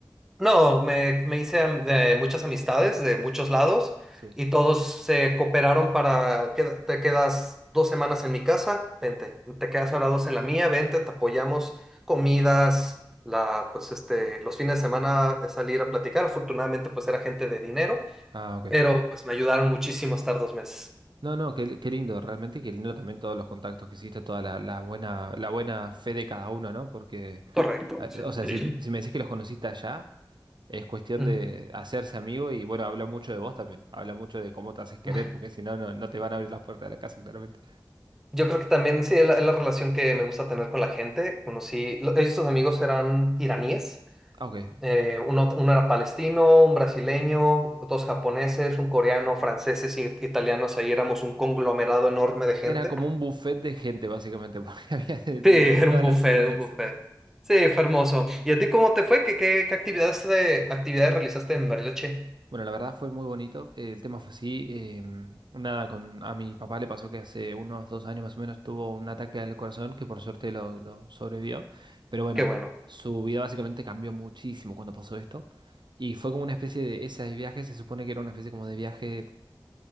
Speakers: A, in the centre; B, on the right.
A: No, me, me hice am- de muchas amistades de muchos lados
B: Sí.
A: y todos se cooperaron para que te quedas dos semanas en mi casa, vente, te quedas ahora dos en la mía, vente, te apoyamos, comidas, la, pues este, los fines de semana eh, salir a platicar. Afortunadamente, pues era gente de dinero,
B: Ah, ok.
A: pero pues me ayudaron muchísimo a estar dos meses.
B: No, no, qué, qué lindo, realmente qué lindo también todos los contactos que hiciste, toda la, la buena, la buena fe de cada uno, ¿no? Porque,
A: Correcto,
B: eh,
A: sí.
B: o sea,
A: <clears throat>
B: si, si me decís que los conociste allá, es cuestión
A: Mm.
B: de hacerse amigo y bueno, habla mucho de vos también, habla mucho de cómo te haces querer,
A: <laughs>
B: porque si no, no, no te van a abrir las puertas de la casa, claramente.
A: Yo creo que también sí, es la, es la relación que me gusta tener con la gente. Conocí, lo- estos amigos eran iraníes
B: Ah, ok.
A: Eh, uno, uno era palestino, un brasileño, dos japoneses, un coreano, franceses y italianos. Ahí éramos un conglomerado enorme de gente.
B: Era como un buffet de gente, básicamente, <laughs> porque había de, de-
A: Sí, <laughs> era
B: de todas
A: un buffet,
B: las etnias.
A: un buffet. Sí, fue hermoso. ¿Y a ti cómo te fue? ¿Qué, qué, qué actividades, de, actividades realizaste en Bariloche?
B: Bueno, la verdad fue muy bonito. eh, el tema fue así. em, nada, con, a mi papá le pasó que hace unos dos años más o menos tuvo un ataque al corazón que por suerte lo, lo sobrevivió. Pero bueno,
A: Qué bueno.
B: su vida básicamente cambió muchísimo cuando pasó esto. Y fue como una especie de, ese viaje se supone que era una especie como de viaje